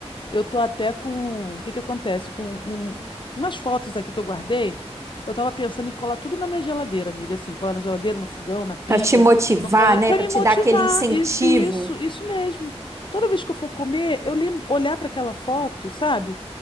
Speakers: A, on the left; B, on the right.
A: Eu tô até com. O que que acontece? Com um- um, umas fotos aqui que eu guardei. Eu tava pensando em colar tudo na minha geladeira, amiga. Assim, colar na geladeira, no fogão, na pia,
B: Pra te motivar,
A: no banheiro,
B: né?
A: pra
B: Pra
A: me
B: te
A: motivar.
B: dar aquele incentivo.
A: Isso, isso, isso mesmo. Toda vez que eu for comer, eu lembro, olhar pra aquela foto, sabe?